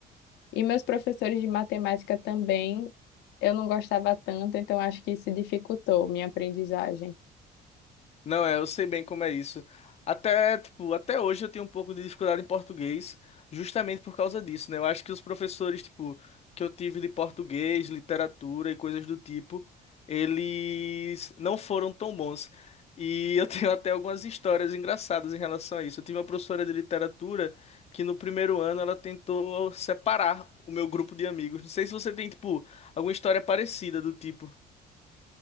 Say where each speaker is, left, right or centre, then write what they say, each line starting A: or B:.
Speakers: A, on the left (about 80°); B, on the left (about 40°).
A: e meus professores de matemática também eu não gostava tanto, então acho que isso dificultou minha aprendizagem.
B: Não, é, eu sei bem como é isso. Até, tipo, até hoje eu tenho um pouco de dificuldade em português, justamente por causa disso, né? Eu acho que os professores, tipo, que eu tive de português, literatura e coisas do tipo, eles não foram tão bons. E eu <laughs> tenho até algumas histórias engraçadas em relação a isso. Eu tive uma professora de literatura que no primeiro ano ela tentou separar o meu grupo de amigos. Não sei se você tem, tipo, alguma história parecida do tipo.